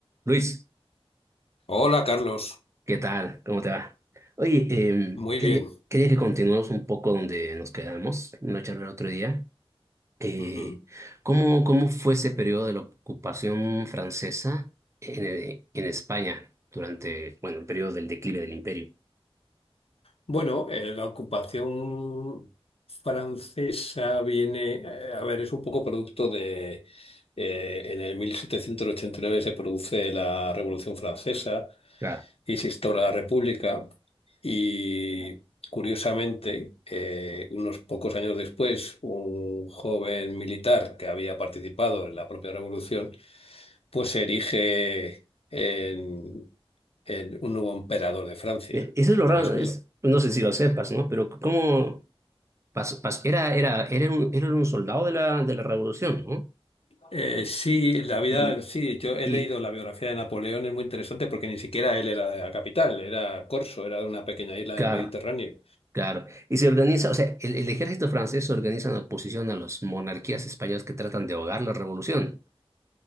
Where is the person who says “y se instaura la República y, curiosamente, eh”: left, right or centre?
Left